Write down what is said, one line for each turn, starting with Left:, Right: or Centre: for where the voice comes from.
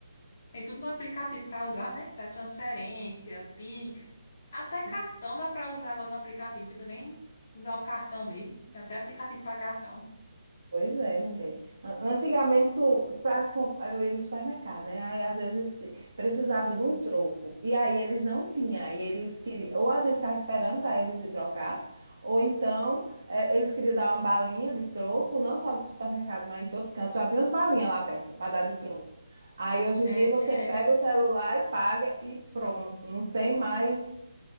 Left: Tem tudo no aplicativo para usar, né? Da transferência, Pix, até
Right: assim,
Left: cartão dá para usar agora no aplicativo. Não precisa nem usar o cartão mesmo. Tem até aplicativo para cartão.
Right: Pois é, mulher. An- Antigamente, para eu ia no supermercado, né? Aí às vezes se- precisava de um troco. E aí eles não tinham. Aí eles queriam, ou a gente ficava esperando para eles ir trocar, ou então eh, eles queriam dar uma balinha de troco, não só do supermercado, mas em todo canto. Já tem umas balinhas lá perto para dar de troco. Aí hoje em
Left: É,
Right: dia você
Left: é,
Right: pega
Left: é
Right: o celular e paga e pronto. Não tem mais,